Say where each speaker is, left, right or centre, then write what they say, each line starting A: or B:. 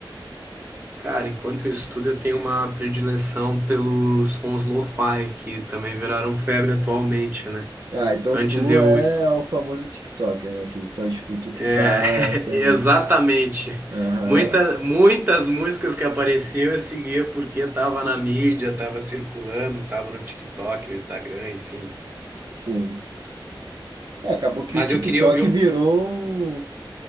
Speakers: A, on the right (about 25°); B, on the right (about 55°).
A: Cara, enquanto eu estudo, eu tenho uma predileção pelos sons lo-fi, que também viraram febre atualmente, né?
B: Ah, então
A: Antes
B: tu
A: eu
B: é o famoso TikToker, né? Que só escuta o que
A: É,
B: tá.
A: <laughs>
B: Tem... né?
A: exatamente.
B: Aham,
A: Muita, muitas músicas que apareciam eu seguia porque tava na mídia, tava circulando, tava no TikTok, no Instagram, enfim.
B: sim. É, acabou que
A: Mas
B: o TikTok
A: eu queria ouvir um,
B: virou um.